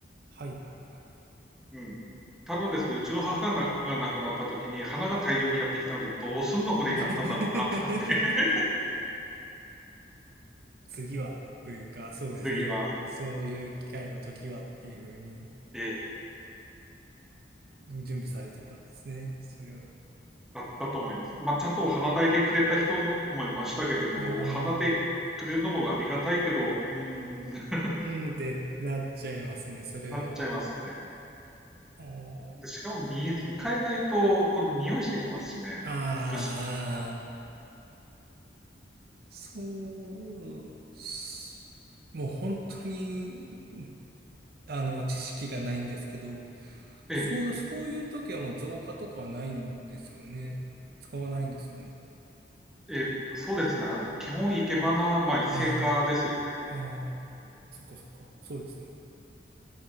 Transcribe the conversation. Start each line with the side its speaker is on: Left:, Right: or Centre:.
Right: はい、はい、はい。
Centre: うん。多分ですけど、うちの母が、が亡くなった時に花が大量にやってきたので、どうすんのこれになったんだろうなと思って、
Right: <laughs>
Centre: <laughs>
Right: 次は、というか、そうですね。
Centre: 次は、
Right: そういう機会の時はっていうふうに
Centre: ええ、
Right: 準備されてたんですね。それは。
Centre: だったと思います。まあ、ちゃんとお花代でくれた人のもいましたけれど、
Right: うーん、
Centre: お花でくれるのもありがたいけど、
Right: う
Centre: うーん、<laughs>
Right: ーんってなっちゃいますね。それは。
Centre: なっちゃいますね。
Right: おー
Centre: で、しかも水変えないと、この匂いしてきますしね。
Right: ああ
Centre: 虫。
Right: そう、すもう本当に、あの、知識がないんですけど、
Centre: ええ
Right: そう、そういう時はもう造花とかはないんですよね。使わないんですよね。
Centre: えっと、そうですね。基本、生け花、まあ、生花ですよね。
Right: はい。ああ、そっかそっか。そうですね。